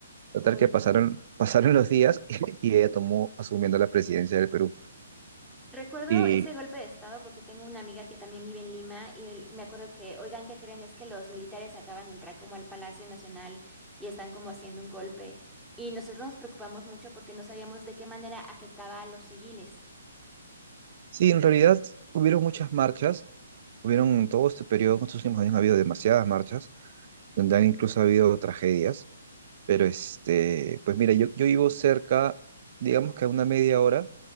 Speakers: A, on the right; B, in the centre.
A: Total
B: uy.
A: que pasaron, <laughs> pasaron los días <laughs> y ella tomó asumiendo la presidencia del Perú.
B: Recuerdo
A: Y
B: ese golpe de estado porque tengo una amiga que también vive en Lima y me acuerdo que, oigan, ¿qué creen? Es que los militares acaban de entrar como al Palacio Nacional y están como haciendo un golpe. Y nosotros nos preocupamos mucho porque no sabíamos de qué manera afectaba a los civiles.
A: sí, en realidad hubieron muchas marchas, hubieron en todo este periodo, en estos últimos años ha habido demasiadas marchas, donde han incluso habido tragedias Pero este, pues mira, yo, yo vivo cerca, digamos que a una media hora